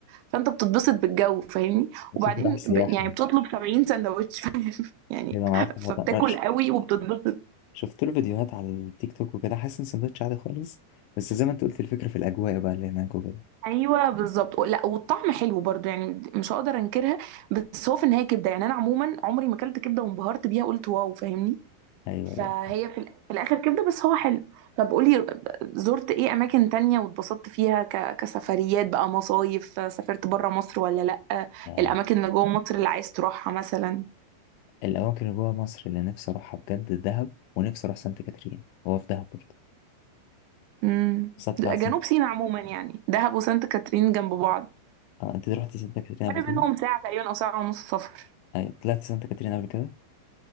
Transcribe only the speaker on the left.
بس
انت رايح سياحه
يعني
ايوه انا عرفت الوضع
ده. ش-
شفت له فيديوهات على التيك توك وكده حاسس ان سندوتش عادي خالص بس زي ما انت قلت الفكره في الاجواء بقى اللي هناك وكده
ايوه
ايوه
آه.
الاماكن اللي جوه مصر اللي نفسي اروحها بجد دهب ونفسي اروح سانت كاترين هو في دهب برضه
بس اطلع
سنت...
آه انت رحتي سانتا كاترين
قبل كده
ايوه طلعت سانتا كاترين قبل كده